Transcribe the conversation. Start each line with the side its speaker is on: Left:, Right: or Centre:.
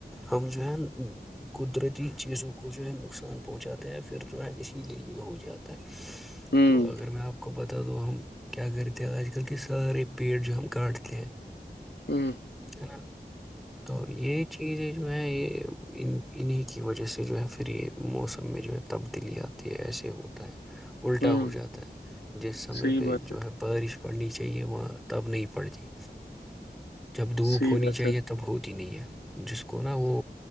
Centre: ہم جو ہے قدرتی چیزوں کو جو ہے نقصان پہنچاتے ہیں پھر جو ہے اسی لیے یہ ہو جاتا ہے
Left: ہوں
Centre: تو اگر میں آپ کو بتا تد وہ ہم کیا کرتے ہیں آج کل کی سار <unintelligible> بھیڑ جو ہم کاٹتے ہیں
Left: ہوں
Centre: ہے نا تو یہ چیز جو ہے یہ ان انہیں کی وجہ سے جو ہے پھر یہ موسم میں جو ہے تبدیلی آتی ہے ایسے ہوتا ہے الٹا
Left: ہوں
Centre: ہو جاتا ہے جس سمے
Left: صحیح
Centre: پہ
Left: بات
Centre: جو ہے بارش پڑھنی چاہیے وہاں تب نہیں پڑھتی جب دھوپ
Left: صحیح
Centre: ہونی
Left: بات
Centre: چاہیے
Left: ہے
Centre: تو ہوتی نہیں ہے جس کو نا وہ